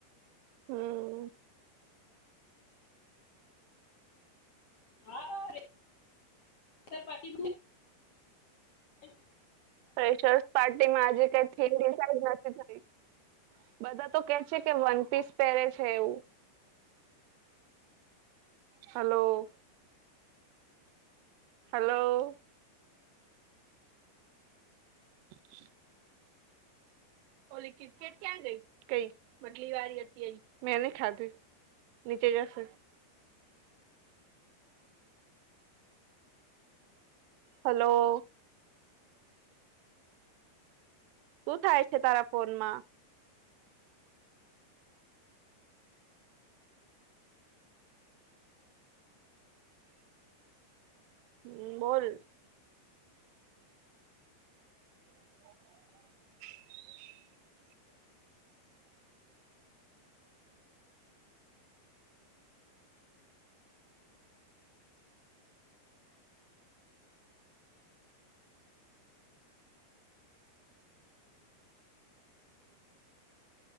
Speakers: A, on the right (about 85°); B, on the left (about 55°).
A: હમ
B: હા ર સર પાટીી એક
A: પ્રેશરસ પાર્ટી માજ ક નથી થ બધા તો કે છે કે વન પીસ પહેરે છે એવું હલો હલો <unintelligible> ઓ લિડટ ક્યાં ગઈ કઈ બટલી વાળ હતી મેં ન ખાધી નીચે ગશે હલો ક થાય છે તા ફનમાં હમ બોલ <unintelligible>